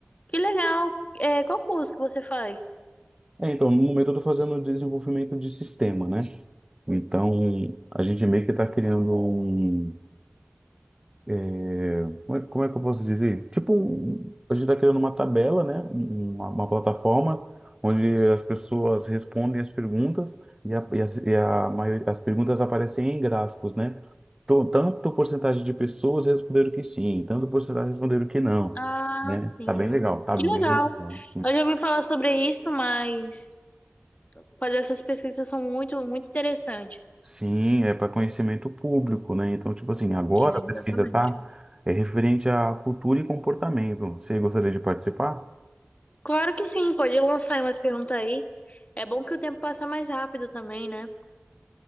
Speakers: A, on the left (about 35°); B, on the right (about 20°).
A: Que legal. É, qual curso que você faz?
B: É, então, no momento eu estou fazendo desenvolvimento de sistema, né? Então, a gente meio que está criando um. é, como é, como é que eu posso dizer? Tipo, um- a gente está criando uma tabela, né? Um- Uma, uma plataforma onde as pessoas respondem as perguntas e, a, e, as, e a maior- as perguntas aparecem em gráficos, né? Então, tanto porcentagem de pessoas responderam que sim, tanto porcentagem responderam que não,
A: Ah,
B: né?
A: sim.
B: Tá bem legal, tá
A: Que
B: bem
A: legal.
B: legal.
A: Eu já ouvi falar sobre isso, mas fazer essas pesquisas são muito, muito interessantes.
B: Sim, é para conhecimento público, né? Então, tipo assim, agora
A: É,
B: a pesquisa
A: exatamente.
B: tá é referente à cultura e comportamento. Você gostaria de participar?
A: Claro que sim, pode lançar aí umas perguntas aí. É bom que o tempo passa mais rápido também, né?